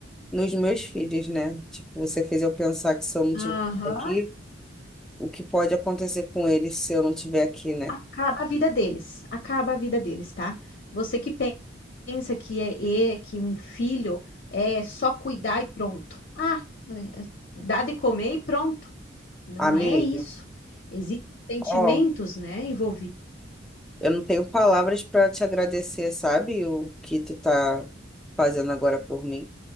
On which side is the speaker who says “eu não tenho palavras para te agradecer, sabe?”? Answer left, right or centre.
Centre